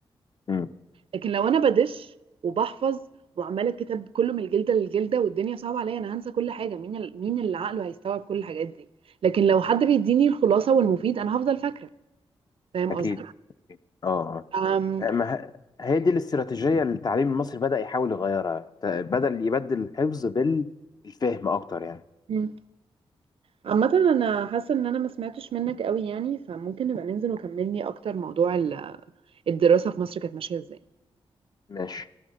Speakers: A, on the left (about 40°); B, on the right (about 70°).
A: مم.
B: لكن لو أنا بدش وبحفظ وعمالة الكتاب كله من الجلدة للجلدة والدنيا صعبة عليا أنا هنسى كل حاجة مين ال... مين اللي عقله هيستوعب كل الحاجات دي لكن لو حد بيديني الخلاصة والمفيد أنا هفضل فاكرة فاهم
A: اكيد
B: قصدي؟
A: أكيد. اه
B: أم...
A: آه. ما ه- هي دي الاستراتيجيه اللي التعليم المصري بدا يحاول يغيرها ت- بدل يبدل الحفظ بالفهم اكتر يعني
B: م. عامة أنا حاسة إن أنا ما سمعتش منك قوي يعني فممكن نبقى ننزل وكملني أكتر موضوع ال- الدراسة في مصر كانت ماشية إزاي
A: ماشي